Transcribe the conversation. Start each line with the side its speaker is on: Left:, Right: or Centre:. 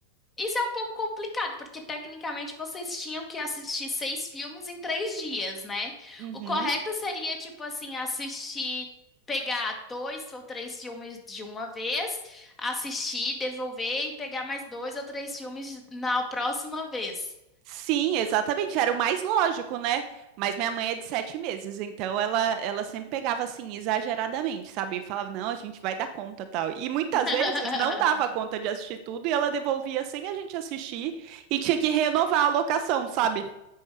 Left: isso é um pouco complicado, porque tecnicamente vocês tinham que assistir seis filmes em três dias, né?
Right: Uhum.
Left: O correto seria, tipo assim, assistir, pegar dois ou três filmes de uma vez, assistir, devolver e pegar mais dois ou três filmes na próxima vez.
Right: Sim, exatamente, era o mais lógico, né? Mas minha mãe é de sete meses, então ela, ela sempre pegava assim, exageradamente, sabe? E falava, não, a gente vai dar conta, tal. E muitas
Left: <laughs>
Right: vezes não dava conta de assistir tudo e ela devolvia sem a gente assistir e tinha que renovar a locação sabe?